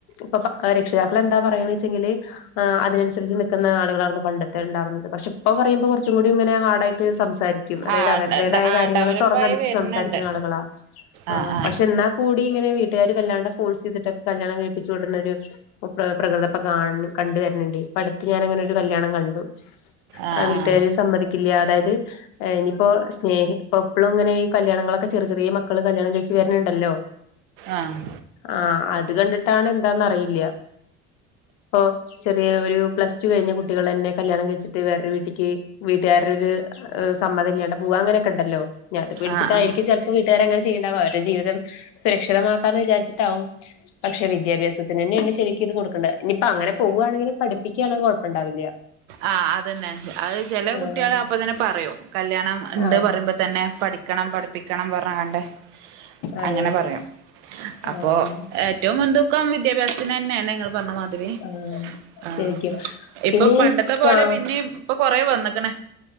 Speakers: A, on the left (about 70°); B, on the right (about 80°).
A: ഇപ്പൊ രക്ഷിതാക്കൾ എന്താ പറയണ വെച്ചെങ്കില് ആ അതിനനുസരിച്ച് നിക്കുന്ന ആളുകളായിരുന്നു പണ്ടത്തെ ഉണ്ടായിരുന്നത് പക്ഷെ ഇപ്പൊ പറയുമ്പോ കുറച്ചും കൂടി ഇങ്ങനെ ഹാർഡായിട്ട് സം തായിരിക്കും അതായത്
B: ആഹ്
A: അവരുടെതായ
B: ആഹ്
A: കാര്യങ്ങള്
B: ഡെവലപ്പായി
A: തുറന്നടിച്ച്
B: വരുന്നുണ്ട്
A: സംസാരിക്കുന്ന ആളുകളാ
B: ആഹ് ആഹ്
A: പക്ഷെ എന്നാ കൂടി ഇങ്ങനെ വീട്ടുകാർ വല്ലാണ്ട് ഫോഴസ് ചെയ്തിട്ടൊക്കെ കല്യാണം കഴിപ്പിച്ച് വിടുന്നരു പ്രകൃതപ്പ കാ കണ്ടുവരണണ്ട് ഇപ്പ അടുത്ത് ഞാൻ അങ്ങനെ ഒരു കല്യാണം കണ്ടു
B: ആഹ്
A: ആ വീട്ടുകാര
B: ആഹ്
A: സമ്മതി അതായത് ഇനിപ്പോ സ്നേഹി ഇപ്പോ എപ്പഴും ഇങ്ങനെഈ കല്യാണങ്ങളൊക്കെ ചെറിയ ചെറിയ മക്കൾ കല്യാണം കഴിച്ച് വരണണ്ടല്ലോ
B: ആഹ്
A: ആഹ് അത് കണ്ടിട്ടാണ് എന്താന്ന് അറിയില്ല ഇപ്പൊ ചെറിയ ഒരു പ്ലസ് ടുകഴിഞ്ഞ കുട്ടികൾന്നെ കല്യാണം കഴിച്ചിട്ട് വേറൊരു വീട്ടിക്ക് വീട്ടുകാര ഒരു സമ്മതില്ലാണ്ട് പൂവ അങ്ങനെൊക്കെണ്ടല്ലോ അത് പേടിച്ചിട്ടായിരിക്കും
B: ആഹ് ആഹ്
A: ചില ട്ടുകാർ അങ്ങനെ ചെയ്യണ്ടാവ അവരുടെ ജീവിതം സുരക്ഷിതമാക്കാ എന്ന് വിചാരിച്ചിട്ടാവും പക്ഷെ വിദ്യാഭ്യാസത്തി തന്നെയാണ് ശരിക്കും ഇത് കൊടുക്കണ്ടത് ഇനിപ്പോ അങ്ങനെ പോവാണെങ്കി പഠിപ്പിക്കയാണെങ്കിൽ കൊഴപ്പംണ്ടാവില്ല
B: ആഹ് അതന്നെ അത് ചെലെ
A: ആഹ്
B: കുട്ടികള് അപ്പൊ തന്നെ പറയും കല്യാണം ഇണ്ട്
A: ആഹ്
B: പറയുമ്പോ തന്നെ പഠിക്കണം പഠിപ്പിക്കണം പറഞ്ഞങ്ങാണ്ട്
A: അതെ
B: അങ്ങനെ പറയും അപ്പൊ
A: ആഹ്
B: ഏറ്റവും മുൻതൂ ക്കം വിദ്യാഭ്യാസത്തിന് തന്നേണ് ങ്ങൾ പറഞ്ഞമാതിരി
A: ആഹ്
B: ആഹ്
A: ശരിക്കും
B: ഇപ്പം
A: പിന്നെ
B: പണ്ടത്തെ
A: ഈ
B: പോലെ
A: ക്ലാസ്
B: പിന്നെയും ഇപ്പൊ കൊറെ വന്നിക്ക്ണ്